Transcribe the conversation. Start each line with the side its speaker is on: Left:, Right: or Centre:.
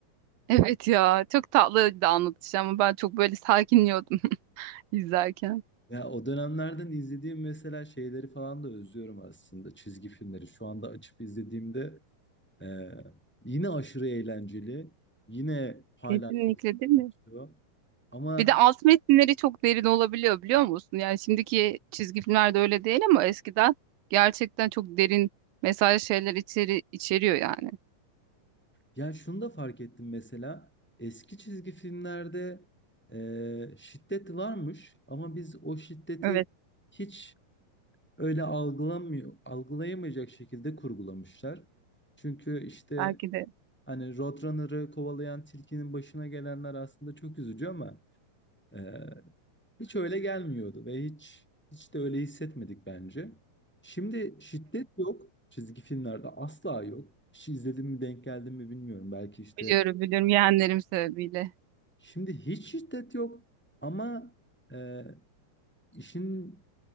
Right: Evet ya çok tatlıydı anlatış ama ben çok böyle sakinliyordum <laughs> izlerken.
Centre: Ya o dönemlerden izlediğim mesela şeyleri falan da özlüyorum aslında çizgi filmleri. Şu anda açıp izlediğimde e, yine aşırı eğlenceli. Yine hala
Right: Kesinlikle değil mi?
Centre: geçiyor. <laughs> Ama
Right: Bir de alt metinleri çok derin olabiliyor biliyor musun? Yani şimdiki çizgi filmlerde öyle değil ama eskiden gerçekten çok derin mesaj şeyler içeri, içeriyor yani.
Centre: Yani şunu da fark ettim mesela eski çizgi filmlerde e, şiddet varmış ama biz o şiddeti
Right: Evet,
Centre: hiç öyle algılamıyor, algılayamayacak şekilde kurgulamışlar. Çünkü işte
Right: belki de
Centre: hani Roadrunner'ı kovalayan tilkinin başına gelenler aslında çok üzücü ama e, hiç öyle gelmiyordu ve hiç hiç de öyle hissetmedik bence. Şimdi şiddet yok çizgi filmlerde asla yok. Hiç izledim mi denk geldim mi bilmiyorum. Belki işte
Right: biliyorum biliyorum yeğenlerim sebebiyle.
Centre: Şimdi hiç şiddet yok ama e, işin